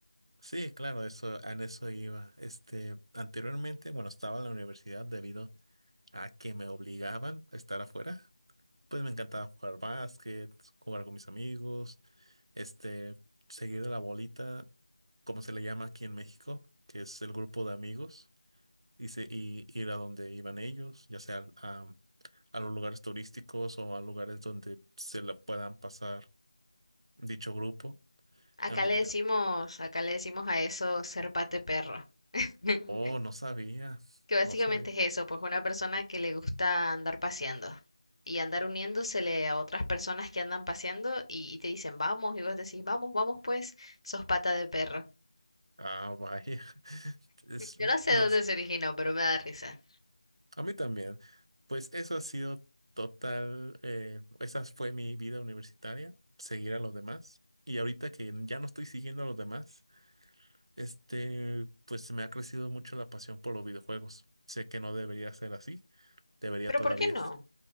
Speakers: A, on the right; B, on the left.
A: Sí, claro, eso, en eso iba. Este, anteriormente, bueno, estaba en la universidad debido a que me obligaban a estar afuera. Pues me encantaba jugar básquet, jugar con mis amigos, este, seguir a la bolita, como se le llama aquí en México, que es el grupo de amigos, y, se- y ir a donde iban ellos, ya sea a, a los lugares turísticos o a lugares donde se la puedan pasar dicho grupo.
B: Acá
A: Em,
B: le
A: de-
B: decimos, acá le decimos a eso ser pate perro. <laughs>
A: oh, no sabía,
B: Que básicamente
A: no sabía.
B: es eso, pues una persona que le gusta andar paseando y andar uniéndosele a otras personas que andan paseando y, y te dicen vamos y vos decís vamos, vamos pues, sos pata de perro.
A: Ah, vaya. <laughs> Es-
B: Yo no sé
A: no.
B: dónde se originó, pero me da risa.
A: A mí también. Pues eso ha sido total. eh, esa fue mi vida universitaria, seguir a los demás. Y ahorita que ya no estoy siguiendo a los demás, este, pues se me ha crecido mucho la pasión por los videojuegos. Sé que no debería ser así, debería
B: Pero
A: todavía,
B: ¿por qué no?
A: es-